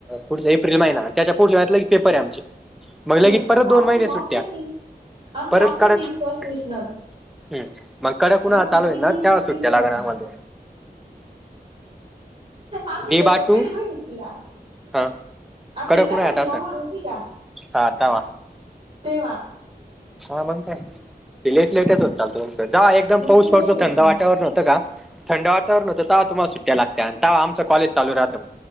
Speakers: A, in the centre; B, on the right.
A: पुढचा एप्रिल महिना त्याच्या पुढचे महिन्यातले पेपर आहे आमचे. मग
B: हे
A: लगेच परत दोन
B: आमची
A: महिने सुट्टया.
B: आत्ताशी आमची
A: परत
B: आत्ताशी
A: काढत
B: फर्स्ट सेशनल
A: हम्म मंग कडक पुन्हा
B: बघ
A: चालू होईन
B: किती
A: ना तेव्हा
B: किती डिफरन्स
A: सुट्या लागणार
B: आहे
A: मधून.
B: आमचे
A: डे
B: पेपर
A: बाटू
B: कधी माहिती आहेत तुला?
A: हा.
B: आपली
A: कडक
B: कपाशी
A: उन्हाळ्यात
B: लावड
A: असन
B: होती का
A: हा तवा
B: तेव्हा.
A: हा मंग काय ते लेट लेटच होत चालतो <unintelligible> जेव्हा एकदम
B: मग
A: पाऊस
B: ते
A: पडतो
B: लेट होत
A: थंड
B: ना
A: वातावरण होतं का थंड वातावरण होतं तुम्हाला सुट्टया लागतं आणि तेव्हा आमचा कॉलेज चालू राहतं मंग.